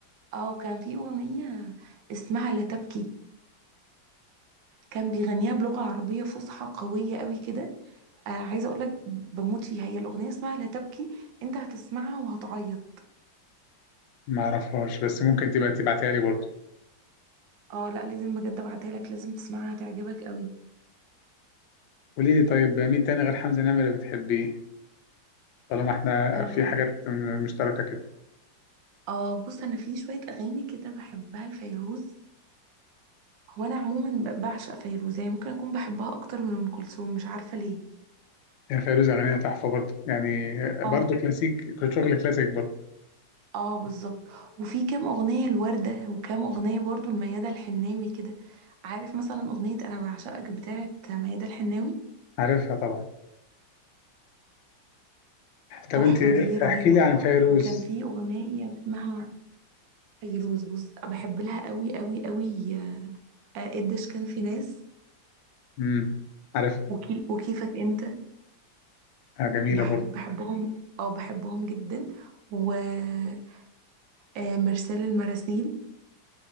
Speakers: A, on the right; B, on the left.
A: اه وكان في اغنية اسمها لا تبكي كان بيغنيها بلغة عربية فصحى قوية قوي كده آه عايزة اقول لك بموت فيها هي الأغنية اسمها لا تبكي انت هتسمعها وهتعيط
B: ما اعرفهاش بس ممكن تبقى تبعتها لي برضو
A: اه لا لازم بجد ابعتها لك لازم تسمعها هتعجبك قوي
B: قولي لي طيب مين تاني غير حمزه نمره بتحبيه؟ طالما احنا
A: اه
B: في حاجات مشتركه كده
A: آه، بص انا في شوية اغاني كده بحبها لفيروز هو انا عموما ب- بعشق فيروز يعني ممكن اكون بحبها اكتر من ام كلثوم مش عارفة ليه
B: هي فيروز اغانيها تحفه برضه يعني
A: اه
B: برضه كلاسيك كنت شغل كلاسيك برضه
A: اه بالظبط وفي كام اغنية الوردة وكام اغنية برضو الميادة الحناوي كده عارف مثلا اغنية انا بعشقك بتاعت ميادة الحناوي
B: عارفها طبعا طب
A: تحفة
B: انت
A: دي رهيبة
B: احكي لي عن فيروز
A: وكان في أغنية اسمها فيروز بص بحب لها قوي قوي قوي آه، قديش كان في ناس
B: امم عارفها
A: وكي وكيفك انت
B: آه جميله
A: بحب
B: برضه
A: بحبهم اه بحبهم جدا ومرسال المراسيل